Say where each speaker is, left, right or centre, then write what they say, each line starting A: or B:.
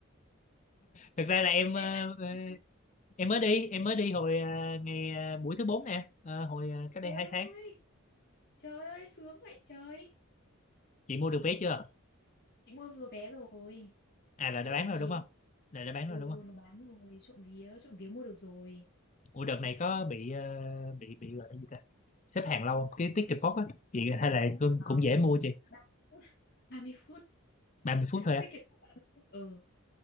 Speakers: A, on the left; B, on the left.
A: thực ra là em
B: Em
A: ờ,
B: đã...
A: ờ,
B: À,
A: em mới đi em mới đi hồi ờ, ngày ờ, buổi thứ bốn nè Ờ, hồi ờ, cách
B: Trời
A: đây
B: ơi.
A: hai tháng
B: Trời ơi, sướng vậy trời.
A: chị mua được vé chưa
B: Chị mua vừa vé rồi.
A: à là
B: Trộm
A: đã bán
B: vía.
A: rồi đúng không là đã bán
B: Ừ,
A: rồi đúng không
B: nó bán rồi. Trộm vía. Trộm vía mua được rồi.
A: ủa đợt này có bị ờ, bị bị gọi là gì ta xếp hàng lâu không? cái ticket box á chị hay là cũng
B: Đó.
A: cũng
B: ba
A: dễ mua chị
B: mươi phút. ba mươi phút.
A: ba mươi phút thôi á?
B: Tiết kiệm được 30 phút. Ừ.